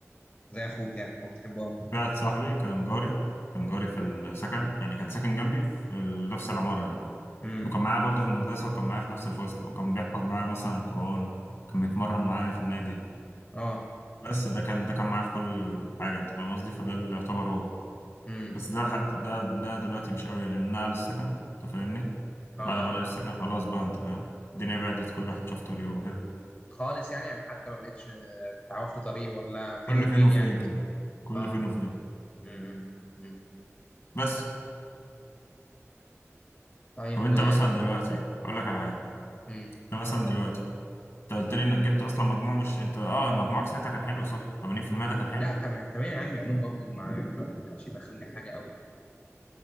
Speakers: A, on the left; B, on the left.
A: زي اخوك يعني كنت بتحبه اه
B: واحد صاحبي كان جاري كان جاري في السكن يعني كان ساكن جنبي في ال- نفس العماره يعني
A: امم
B: وكان معايا برضه في المدرسه وكان معايا في نفس الفصل وكان بيحفظ معايا مثلا القران كان بيتمرن معايا في النادي
A: اه
B: بس ده كان ده كان معايا في كل حاجه انت فاهم قصدي فده اللي يعتبر هو
A: امم
B: بس ده لحد ده ده دلوقتي مش قوي لان نقل السكن انت فاهمني
A: اه
B: بعد
A: آه.
B: ما نقل السكن خلاص بقى انت فاهم الدنيا بعدت كل واحد شاف طريقه وكده
A: خالص يعني انا حتى ما بقتش تعرف له طريق ولا فين
B: كل
A: وفين
B: فين وفين
A: يعني مثلا
B: كده كل
A: اه
B: فين وفين
A: امم أمم.
B: بس
A: طيب
B: طب انت
A: و
B: مثلا دلوقتي اقول لك على حاجه
A: امم
B: انت مثلا دلوقتي انت قلت لي انك جبت اصلا مجموع مش انت اه مجموعك ساعتها كان حلو صح 80% ده كان حلو
A: لا تمام تمام علمي علوم برضه مع يعني ما ما كانش دخلني حاجه قوي يعني